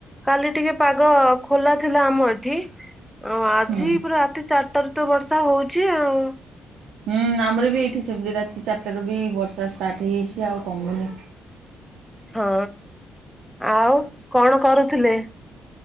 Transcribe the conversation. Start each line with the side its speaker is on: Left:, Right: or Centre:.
Centre: କାଲି ଟିକେ ପାଗ ଖୋଲା ଥିଲା ଆମ ଏଠି, ଆଉ ଆଜି
Right: ହୁଁ।
Centre: ପୁରା ରାତି ଚାରି <inaudible> ବର୍ଷା ହଉଛି ଆଉ।
Right: ହୁଁ ଆମର ବି ଏଇଠି ସେମିତି ରାତି ଚାରିଟାରୁ ବି ବର୍ଷା ଷ୍ଟାର୍ଟ ହେଇଯାଇଛି ଆଉ କମୁନି।
Centre: ହଁ ଆଉ କଣ କରୁଥିଲେ?